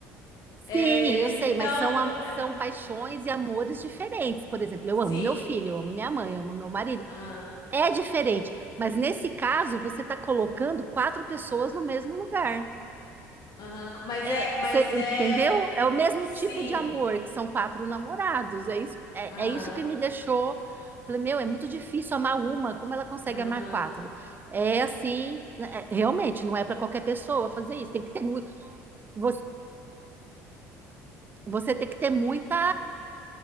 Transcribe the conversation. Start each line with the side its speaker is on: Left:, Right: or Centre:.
Left: É,
Right: sim, eu
Left: então,
Right: sei, mas são, am-
Left: é,
Right: são paixões e amores diferentes. Por exemplo, eu
Left: sim.
Right: amo meu filho, eu amo minha mãe, eu amo meu marido.
Left: Aham,
Right: É diferente, mas nesse caso você está colocando quatro pessoas no mesmo lugar.
Left: aham. Mas
Right: É,
Left: é, mas
Right: cê-
Left: é.
Right: entendeu? É o mesmo
Left: Sim.
Right: tipo de amor, que são quatro namorados. É isso, é,
Left: Aham,
Right: é isso que me deixou. Falei, meu, é muito difícil amar uma, como ela consegue
Left: aham,
Right: amar quatro? É assim, né, é- realmente, não é para qualquer pessoa fazer isso. Tem que ter, mu- você, você tem que ter muita,